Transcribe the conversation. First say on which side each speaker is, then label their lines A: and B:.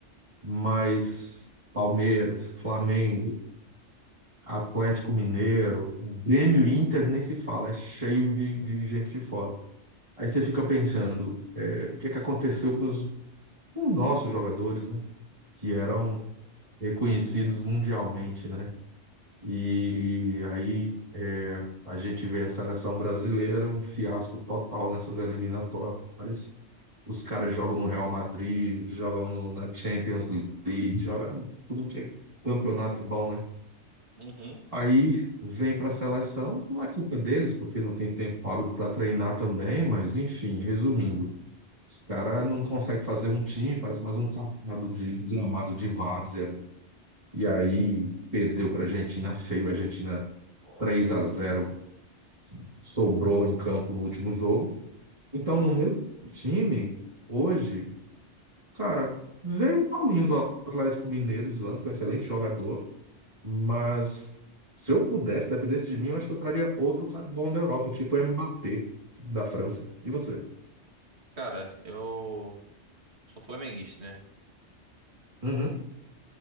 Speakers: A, on the right (about 30°); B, on the right (about 65°).
A: mas Palmeiras, Flamengo, Atlético Mineiro, Grêmio e Inter nem se fala, é cheio de, de gente de fora. Aí você fica pensando, é, o que que aconteceu com os, com os nossos jogadores, né? Que eram reconhecidos mundialmente, né? E aí é, a gente vê a seleção brasileira, um fiasco total nessas eliminatórias. Os caras jogam no Real Madrid, jogam no- na Champions League, jogam em tudo que é campeonato bom, né?
B: Uhum.
A: Aí vem para a seleção, não é culpa deles, porque não tem tempo hábil para treinar também, mas enfim, resumindo, os caras não conseguem fazer um time, parece mais um catado de gramado de várzea, né? E aí perdeu para a Argentina feio, a Argentina 3 a zero, assim, sobrou em campo no último jogo. Então, no mesmo time, hoje, cara, veio o Paulinho do Atlético Mineiro, zoando, que é um excelente jogador, Mas se eu pudesse, dependesse de mim, eu acho que eu traria outro cara bom da Europa, tipo o Mbappé, sabe, da França. E você?
B: Cara, eu sou flamenguista, né?
A: Uhum.